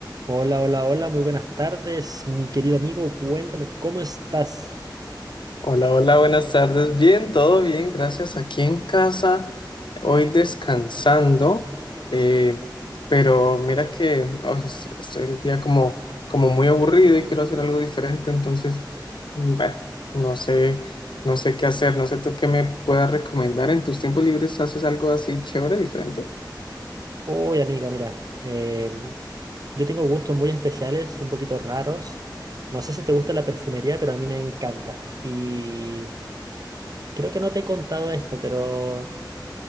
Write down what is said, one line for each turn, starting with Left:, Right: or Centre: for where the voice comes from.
Right: Hola, hola, hola, muy buenas tardes, mi querido amigo, cuéntame, ¿cómo estás?
Left: Hola, hola, buenas tardes. Bien, todo bien, gracias. Aquí en casa, hoy descansando, eh, pero mira que oh, es- es el día como, como muy aburrido y quiero hacer algo diferente, entonces, mm, bueno, no sé, no sé qué hacer, no sé tú qué me puedas recomendar. ¿En tus tiempos libres haces algo así chévere, diferente?
Right: Hoy, amigo, mira, em, yo tengo gustos muy especiales, un poquito raros. No sé si te gusta la perfumería, pero a mí me encanta. Y creo que no te he contado esto, pero